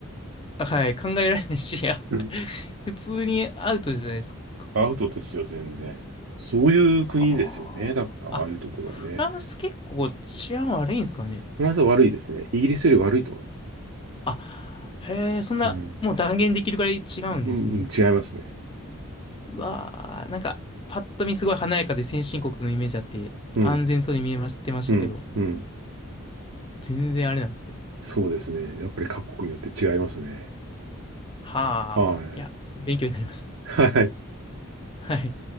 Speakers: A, on the left; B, on the right.
A: あはい、考えられないし、いや、
B: うん
A: <laughs> 普通にアウトじゃないですか。
B: アウトですよ、全然。そういう国ですよね。
A: はあ。
B: だから、ああいうところはね。
A: あ、フランス結構治安悪いんですかね。
B: フランスは悪いですね。イギリスより悪いと思います。
A: あ、へえ、そんな、
B: うん。
A: もう断言できるくらい違うんですね。
B: うん、うん違いますね。
A: うわあ、なんか、パッと見すごい華やかで先進国のイメージあって、
B: うん。
A: 安全そうに見えましてましたけど、
B: うん、うん。
A: 全然あれなんですね。
B: そうですね。やっぱり各国によって違いますね。
A: はあ、
B: はい。
A: いや、勉強になります。
B: はい。
A: はい。